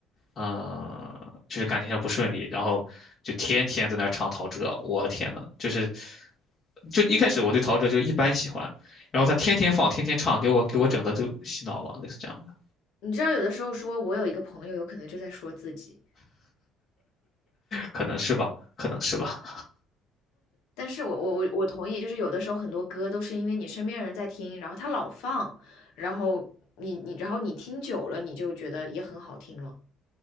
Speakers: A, on the left; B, on the left.
A: 呃，就是感情上不顺利，然后就天天在那儿唱陶喆，我天呐，就是，就一开始我对陶喆就一般喜欢，然后他天天放，天天唱，给我给我整的都洗脑了，类似这样的，
B: 你知道，有的时候说我有一个朋友，有可能就在说自己。
A: 可能是吧，可能是吧。
B: 但是我我我我同意，就是有的时候很多歌都是因为你身边人在听，然后他老放，然后你你然后你听久了，你就觉得也很好听了，